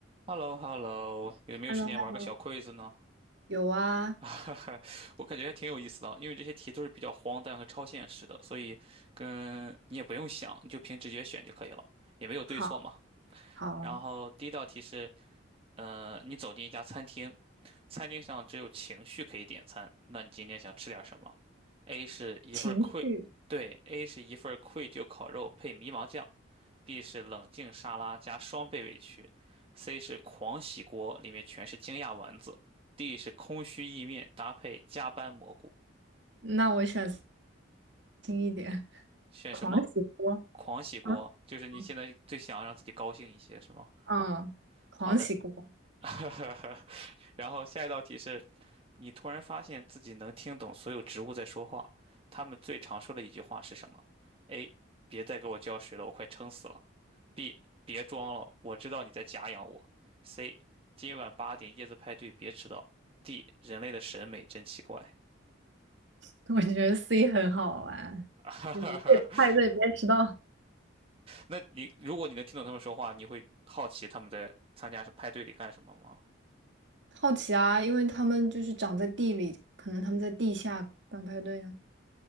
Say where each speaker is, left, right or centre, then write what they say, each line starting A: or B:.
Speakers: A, on the right; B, on the right.
A: h e l l o h e l l o 有没有时间玩个小
B: h e l l o h e l l o
A: quiz 呢？
B: 有啊，
A: <laughs> 我感觉还挺有意思的啊，因为这些题都是比较荒诞和超现实的，所以跟你也不用想，你就凭直觉选就可以了，也没有对错嘛。
B: 好好，
A: 然后第一道题是，呃，你走进一家餐厅，餐厅上只有情绪可以点餐，那你今天想吃点什么？A 是一份愧，
B: 情绪，
A: 对，A 是一份愧疚烤肉配迷茫酱 B 是冷静沙拉加双倍委屈，C 是狂喜锅，里面全是惊讶丸子，D 是空虚意面搭配加班蘑菇。
B: 那我选轻一点，
A: 选什么？
B: 狂喜锅，
A: 狂喜锅，
B: 啊
A: 就是你现在最想让自己高兴一些，
B: 嗯
A: 是吗？
B: 嗯狂喜锅，
A: 好的，<laughs> 然后下一道题是，你突然发现自己能听懂所有植物在说话，它们最常说的一句话是什么？A，别再给我浇水了，我快撑死了。B 别装了，我知道你在假养我。C 今晚八点叶子派对别迟到。D 人类的审美真奇怪。
B: <laughs> 我觉得 C 很好玩，
A: <laughs>
B: 就是越派对别迟到。
A: 那你如果你能听懂他们说话，你会好奇他们在参加派对里干什么吗？
B: 好奇啊，因为他们就是长在地里，可能他们在地下办派对呢。